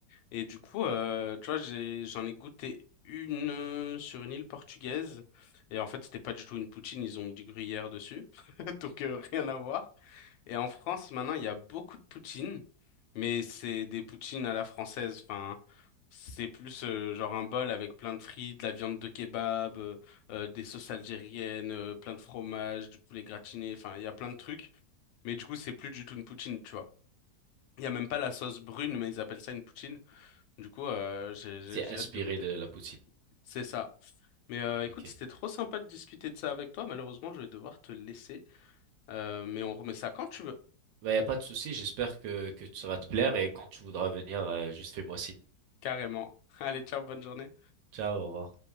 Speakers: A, on the left (about 80°); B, on the right (about 75°).
A: Et du coup, euh, tu vois, j'ai, j'en ai goûté une euh, sur une île portugaise. Et en fait, c'était pas du tout une poutine, ils ont mis du gruyère dessus. <laughs> Donc, euh, rien à voir. Et en France, maintenant, il y a beaucoup de poutines, mais c'est des poutines à la française. Enfin, c'est plus euh, genre un bol avec plein de frites, de la viande de kebab, euh, euh, des sauces algériennes, euh, plein de fromage, du poulet gratiné. Enfin, il y a plein de trucs. Mais du coup, c'est plus du tout une poutine, tu vois. Il y a même pas la sauce brune, mais ils appellent ça une poutine. Du coup, euh, j'ai j'ai-
B: C'est
A: j'ai
B: inspiré
A: hâte de goûter.
B: de la poutine.
A: C'est ça. Mais euh, écoute,
B: Ok.
A: c'était trop sympa de discuter de ça avec toi. Malheureusement, je vais devoir te laisser. Euh, mais on remet ça quand tu veux.
B: Bah, y a pas de souci. J'espère que, que ça va te plaire. Et quand tu voudras venir, euh, juste fais-moi signe.
A: Carrément. Allez, ciao, bonne journée.
B: Ciao, au revoir.